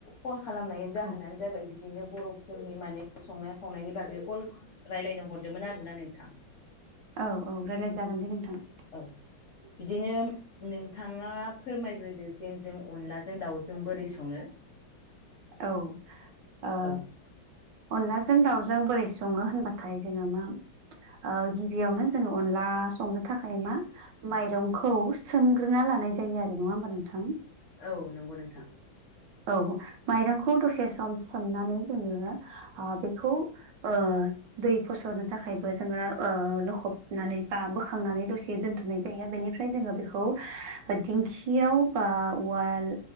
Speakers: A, on the left (about 60°); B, on the right (about 70°).
A: कल खालामनाय जाहोनानो
B: औ
A: जाबाय बिदिनो बर'फोरनि माने संनाय खावनायनि बागै कल रायलायनो हरदोंमोन आरोना नोंथां।
B: औ औ रायलायजागोन दे नोंथां।
A: औ बिदिनो नोंथाङा फोरमायग्रोदो जों अनलाजों दाउजों बोरै सङो?
B: औ ओ
A: औ
B: अनलाजों दाउजों बोरै सङो होनबाथाय जोङो मा ओ गिबियावनो जोङो अनला संनो थाखाय मा माइरंखौ सोमग्रोना लानाय जायो आरो नङा होमबा नोंथां?
A: औ नंगौ नोंथां।
B: औ माइरंखौ दसे सम सोमनानै जोङो आ बेखौ ओ दै फसरनो थाखायबो जोङो ओ लखबनानै बा बोखांनानै दसे दोनथ'नाय जायो बेनिफ्राय जोङो बेखौ दिंखियाव बा उवाल